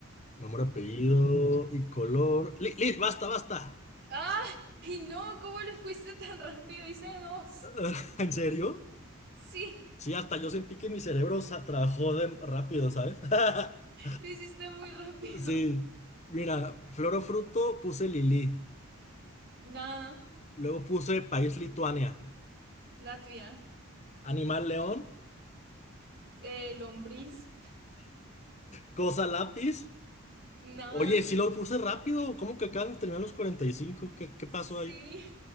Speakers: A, on the left; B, on the right.
A: Nombre, apellido y color. Li- li- basta, basta.
B: ¡Ay, no! ¿Cómo le fuiste tan rápido? Hice dos.
A: <laughs> ¿En serio?
B: Sí,
A: Sí, hasta yo sentí que mi cerebro sa- trabajó de rápido, ¿sabes? <laughs>
B: lo hiciste muy rápido.
A: Sí, mira, flor o fruto puse Lili,
B: Nada,
A: luego puse país Lituania,
B: Latvia.
A: animal león,
B: Eh, lombriz,
A: <laughs> cosa lápiz.
B: nada.
A: Oye, sí lo puse rápido, ¿cómo que acaban de terminar los 45? ¿Qué, qué
B: Sí,
A: pasó ahí?